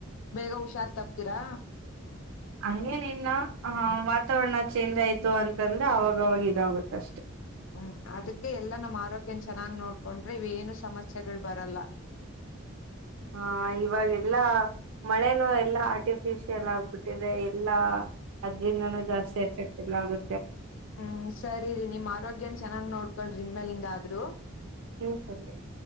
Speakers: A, on the left; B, on the right.
A: ಬೇಗ ಹುಷಾರ್ ತಪ್ತೀರಾ
B: ಹಂಗೇನಿಲ್ಲ ವಾತಾವರಣ ಚೇಂಜ್ ಆಯ್ತು ಅಂತಂದ್ರೆ ಅವಾಗವಾಗ ಇದಾಗುತ್ತ ಅಷ್ಟೆ
A: ಹ ಅದಕ್ಕೆ ಎಲ್ಲ ನಮ್ಮ ಆರೋಗ್ಯನ ಚೆನ್ನಾಗಿ ನೋಡ್ಕೊಂಡ್ರೆ ಇವ ಏನು ಸಮಸ್ಯೆಗಳು ಬರಲ್ಲ
B: ಹಾ ಇವಾಗೆಲ್ಲಾ ಮಳೆನು ಎಲ್ಲಾ ಆರ್ಟಿಫಿಶಿಯಲ್ ಆಗ್ಬಿಟ್ಟಿದೆ ಎಲ್ಲಾ ಅದ್ರಿಂದಾನೂ ಜಾಸ್ತಿ ಎಫೆಕ್ಟ್ ಎಲ್ಲದು
A: ಹು ಸರಿ ರೀ ನಿಮ್ ಆರೋಗ್ಯನ ಚೆನ್ನಾಗ್ ನೋಡ್ಕೊಳ್ ಇನ್ ಮೇಲಿಂದ ಆದ್ರೂ
B: ಹು ಸರಿಯ್